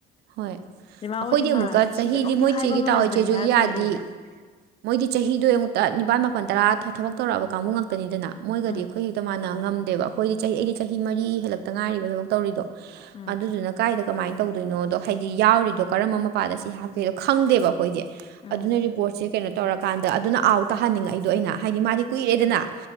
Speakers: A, on the right; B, on the left.
A: ꯍꯣꯏ
B: ꯏꯃꯥꯍꯣꯏꯗꯤ
A: ꯑꯩꯈꯣꯏꯗꯤ ꯑꯃꯨꯛꯀ
B: ꯃꯥꯔꯒ
A: ꯆꯍꯤꯗꯤ
B: ꯁꯤ ꯀꯩꯅꯣꯝꯗꯤ
A: ꯃꯣꯏ
B: ꯍꯥꯏꯕ
A: ꯆꯦꯒꯤ
B: ꯑꯃ
A: ꯇꯥꯑꯣꯏ
B: ꯂꯩꯕꯅꯦ
A: ꯆꯦ ꯖꯨꯂꯤꯌꯥꯗꯤ
B: ꯍꯥꯏꯔ ꯊꯣꯛꯂꯛꯑꯦꯕ
A: ꯃꯣꯏꯗꯤ ꯆꯍꯤꯗꯨ ꯑꯃꯨꯛꯇ ꯅꯤꯄꯥꯜ ꯃꯥꯄꯜ ꯇꯔꯥ ꯊꯕꯛ ꯇꯧꯔꯛꯑꯕ ꯀꯥꯡꯕꯨ ꯉꯥꯛꯇꯅꯤꯗꯅ ꯃꯣꯏꯒꯗꯤ
B: ꯎꯝ
A: ꯑꯩꯈꯣꯏꯒ ꯃꯥꯅ ꯉꯝꯗꯦꯕ ꯑꯩꯈꯣꯏꯗꯤ ꯆꯍꯤ ꯑꯩꯗꯤ ꯆꯍꯤ ꯃꯔꯤ ꯍꯦꯜꯂꯛꯇ ꯉꯥꯏꯔꯤꯕ ꯊꯕꯛ ꯇꯧꯔꯤꯗꯣ
B: ꯎꯝ
A: ꯑꯗꯨꯗꯨꯅ ꯀꯥꯏꯗ ꯀꯃꯥꯏꯅ ꯇꯧꯗꯣꯏꯅꯣꯗꫭ ꯍꯥꯏꯗꯤ ꯌꯥꯎꯔꯤꯗꯣ ꯀꯔꯝꯕ ꯃꯄꯥꯗ ꯁꯤ ꯍꯥꯞꯀꯦꯗꯣ ꯈꯪꯗꯦꯕ ꯑꯩꯈꯣꯏꯗꯤ
B: ꯎꯝ
A: ꯑꯗꯨꯅ ꯔꯤꯄꯣꯔꯠꯁꯦ ꯀꯩꯅꯣ ꯇꯧꯔꯀꯥꯟꯗ ꯑꯗꯨꯅ ꯑꯥꯎ ꯇꯥꯍꯟꯅꯤꯡꯉꯛꯏꯗꯣ ꯑꯩꯅ ꯍꯥꯏꯗꯤ ꯃꯥꯗꯤ ꯀꯨꯏꯔꯦꯗꯅ
B: ꯎꯝ